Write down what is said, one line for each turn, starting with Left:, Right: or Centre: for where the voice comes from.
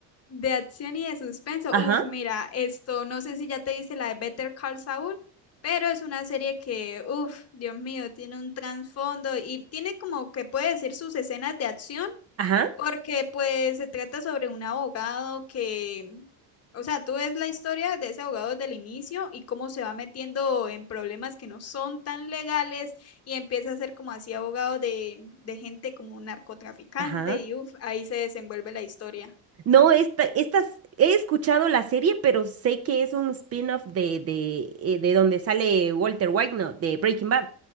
Left: De acción y de suspenso.
Right: Ajá,
Left: Uf, mira, esto no sé si ya te dice la de Better Call Saul, pero es una serie que, uf, Dios mío, tiene un trasfondo y tiene como que puede decir sus escenas de acción,
Right: ajá,
Left: Porque pues se trata sobre un abogado que, o sea, tú ves la historia de ese abogado desde el inicio y cómo se va metiendo en problemas que no son tan legales y empieza a ser como así abogado de, de gente como un narcotraficante
Right: ajá.
Left: y uff, ahí se desenvuelve la historia.
Right: No, esta, estas, he escuchado la serie, pero sé que es un spin-off de, de, eh, de donde sale Walter White, ¿no? De Breaking Bad.